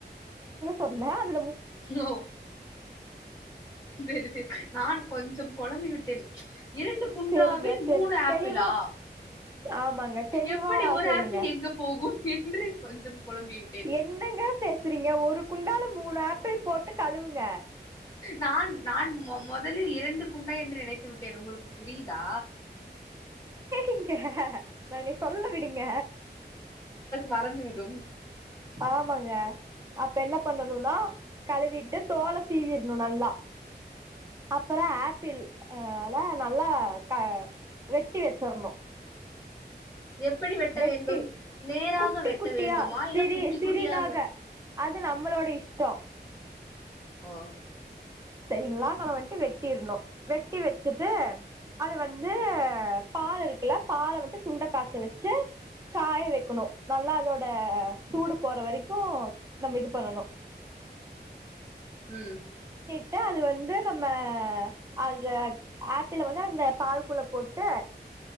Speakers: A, on the right; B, on the left.
A: சொல்லேன் அது
B: ஓ சரி சரி நானு கொஞ்சம் குழம்பி விட்டேன் இரண்டு குண்டாவில்
A: சேரிங்க தெளி
B: மூணு ஆப்பிளா
A: தெளிவா ஆமாங்க தெளிவா
B: எப்படி ஒரு
A: கேளுங்க
B: ஆப்பிள் எங்க போகும் <unintelligible> குழம்பி விட்டேன்
A: என்னங்க பேசுறீங்க ஒரு குண்டால மூணா ஆப் ப்பிள் போட்டு கழுவுங்க
B: நான் நான் முதலில் இரண்டு குண்டா என்று நினைத்துவிட்டேன் உங்களுக்கு புரியுதா?
A: ஏங்க நான் நீ சொல்ல விடுங்க
B: மறந்து விடும்
A: ஆமாங்க அப்ப என்ன பண்ணணுனா கழுவிட்டு தோலை சீவிரணும் நல்லா அப்றம் ஆப்பிள்ல நல்லா க வெட்டி வச்சற்ணும்
B: எப்படி வெட்ட
A: வெட்டி
B: வேண்டும்? நேராக
A: குட்டி
B: வெட்ட
A: குட்டியா
B: வேண்டுமா? இல்ல
A: சிறி
B: குட்டி
A: சிறிதாக
B: குட்டியாக?
A: அது நம்மளோட இஷ்டம்
B: ஆஹ்
A: சரிங்களா நம்ம வந்துட்டு வெட்டிர்னோ வெட்டி வச்சுட்டு அது வந்து பா பால் இருக்குல்ல பால வட்டு சுண்ட காச்ச வச்சு காய வைக்கணும் நல்லா அதோட சூடு போற வரைக்கும் நம்ம இது பண்ணனும்
B: உம்
A: டு அது வந்து நம்ம அது ஆப்பில்ல வந்து அந்த பால்குள்ள போட்டு